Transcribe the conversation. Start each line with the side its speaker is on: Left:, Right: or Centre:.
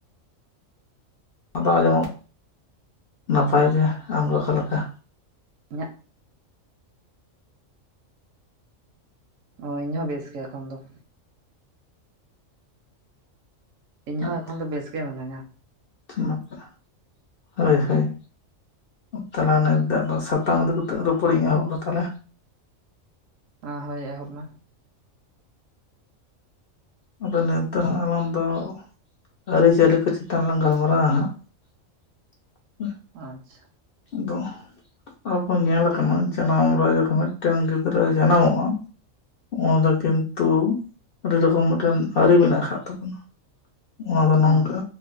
Left: ᱟᱫᱚ ᱟᱸᱡᱚᱢᱚᱜ ᱱᱟᱯᱟᱭ ᱜᱮ ᱟᱢ ᱜᱮ ᱚᱠᱟ ᱞᱮᱠᱟ?
Right: ᱤᱧᱟᱜ, ᱚ ᱤᱧ ᱦᱚᱸ ᱵᱮᱥ ᱜᱮ ᱮᱠᱷᱚᱱ ᱫᱚ᱾ ᱤᱧ ᱦᱚᱸ
Left: ᱟᱪᱪᱷᱟ
Right: ᱮᱠᱷᱚᱱ ᱫᱚ ᱵᱮᱥ ᱜᱮ ᱢᱤᱱᱟᱹᱧᱟ᱾
Left: <unintelligible> ᱦᱳᱭ ᱦᱳᱭ ᱫᱮᱞᱟ ᱱᱤᱛ ᱫᱚ ᱟᱫᱚ ᱥᱟᱛᱟᱢ ᱤᱫᱤ ᱠᱟᱛᱮᱜ ᱨᱚᱯᱚᱲᱤᱧ ᱮᱦᱚᱵ ᱮᱫᱟ ᱛᱟᱞᱮ,
Right: ᱟᱸ ᱦᱳᱭ ᱮᱦᱚᱵ ᱢᱮ᱾
Left: ᱟᱫᱚ ᱱᱤᱛ ᱫᱚ ᱦᱟᱸᱜ ᱟᱞᱟᱝ ᱫᱚ ᱟᱹᱨᱤᱪᱟᱹᱞᱤ ᱠᱚ ᱪᱮᱛᱟᱱ ᱞᱟᱝ ᱜᱟᱞᱢᱟᱨᱟᱣᱟ ᱦᱟᱸᱜ᱾ <inaudible>
Right: ᱟᱪᱪᱷᱟ,
Left: ᱫᱚ ᱟᱵᱚ ᱧᱮᱞ ᱟᱠᱟᱱᱟ ᱡᱟᱱᱟᱢ ᱨᱮ ᱡᱚᱠᱷᱚᱱ ᱢᱤᱫᱴᱮᱱ ᱜᱤᱫᱽᱨᱟᱹᱭ ᱡᱟᱱᱟᱢᱚᱜᱼᱟ, ᱩᱱ ᱨᱮ ᱠᱤᱱᱛᱩ ᱟᱹᱰᱤ ᱨᱚᱠᱚᱢ ᱢᱤᱫᱴᱮᱱ ᱟᱹᱨᱤ ᱢᱮᱱᱟᱜ ᱟᱠᱟᱫ ᱛᱟᱵᱚᱱᱟ ᱚᱱᱟ ᱫᱚ
Right: ᱦᱮᱸ
Left: ᱱᱚᱝᱠᱟ